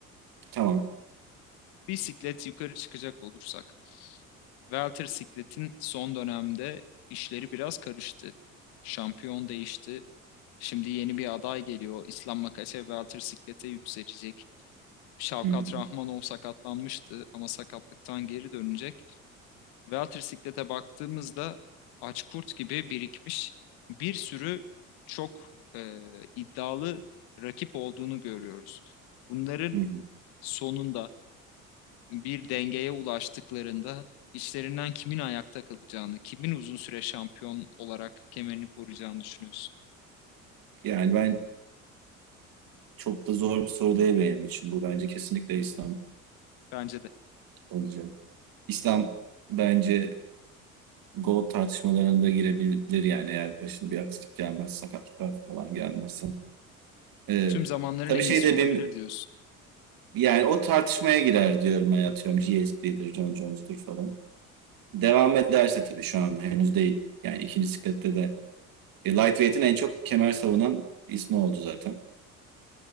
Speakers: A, on the right; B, on the left.
A: tamam.
B: bir siklet yukarı çıkacak olursak. Walter Siklet'in son dönemde işleri biraz karıştı. Şampiyon değişti. Şimdi yeni bir aday geliyor. İslam Makase Walter Siklet'e yükselecek. Şavkat
A: Hı hı,
B: Rahmanov sakatlanmıştı ama sakatlıktan geri dönecek. Walter Siklet'e baktığımızda aç kurt gibi birikmiş bir sürü çok e, iddialı rakip olduğunu görüyoruz. Bunların
A: hı hı.
B: sonunda bir dengeye ulaştıklarında işlerinden kimin ayakta kalacağını, kimin uzun süre şampiyon olarak kemerini koruyacağını düşünüyorsun.
A: Yani ben çok da zor bir soru değil benim için. Bu bence kesinlikle İslam
B: Bence de.
A: olacak. İslam bence gol tartışmalarında girebilir yani eğer başına bir aksilik gelmez, sakatlıklar falan gelmezse. Ee,
B: Tüm zamanların
A: Tabii
B: en
A: şey
B: iyisi
A: de
B: olabilir
A: benim
B: diyorsun.
A: Yani o tartışmaya girer diyorum hani atıyorum GSP'dir, John Jones'tur falan. Devam ederse tabii şu an henüz değil. Yani ikinci siklette de. E, Lightweight'in en çok kemer savunan ismi oldu zaten.